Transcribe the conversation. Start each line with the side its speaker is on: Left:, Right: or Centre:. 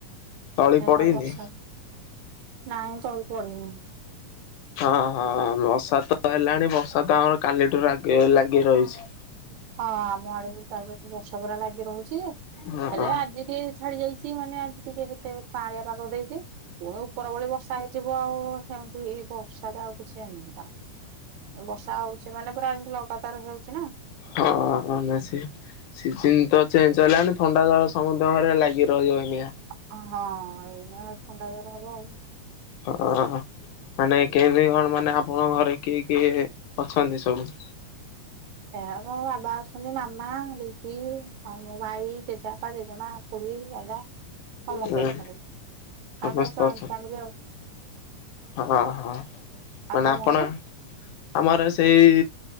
Left: ତଳି
Right: ହେ
Left: ପଡିନି?
Right: ବର୍ଷା ନାଇଁ ତଳେ ପଡିନି।
Left: ହଁ ହଁ ବର୍ଷା ତ ହେଲାଣି ବର୍ଷା ତ ଆମର କାଲିଠୁ ଲାଗି ଲାଗି ରହିଚି।
Right: ହଁ ଆମ ଆଡେ ବି ବହୁତ ବର୍ଷା ଲାଗିରହିଛି
Left: ହଁ
Right: ହେଲେ ଆଜି ଟିକେ ଛାଡ଼ି ଯାଇଛି। ମାନେ ଆଜି ଟିକେ ଯେତେ କାଆଁଲିଆ ପାଗ ଦେଇଚି, ପୁଣି ଉପ ପରବଳି ବର୍ଷା ହେଇଯିବ ଆଉ ସେମିତି ବର୍ଷାଟ ଆଉ କିଛି ଏନାହିଁ ତାଉ। ବର୍ଷା ହଉଛି ମାନେ ପୁରା ଏମିତି ଲଗାତାର ହଉଚି ନା।
Left: ହଁ ବେଶୀ ସିଜିିନ ତ ଚେଞ୍ଜ ହେଲାଣି ଥଣ୍ଡା ଜର ସମତଙ୍କ ଘରେ ଲାଗି ରହିବ ଏଇନା।
Right: ହଁ ହଁ ଏଇନା ଥଣ୍ଡା ଜର ହବ ଆଉ।
Left: ହଁ। ମାନେ କେମିତି କଣ ମାନେ ଆପଣଙ୍କ ଘରେ କିଏ କିଏ ଅଛନ୍ତି ସବୁ?
Right: ଏ ମୋ ବାବା ଅଛନ୍ତି ମାମା, ଦିଦି ଆଉ ମୋ ଭାଇ, ଜେଜେବାପା, ଜେଜେମା ଖୁଡୀ, ଦାଦା ସମସ୍ତେ
Left: ହୁଁ
Right: ଅଛନ୍ତି,
Left: ସମସ୍ତେ
Right: ଆମର ଜଏଣ୍ଟ
Left: ଅଛନ୍ତି
Right: ଫ୍ୟାମିଲୀ ଆଉ।
Left: ହଁ ହଁ ମାନେ
Right: ଆଉ ତମ
Left: ଆପଣ
Right: ଘରେ
Left: ଆମର ସେଇ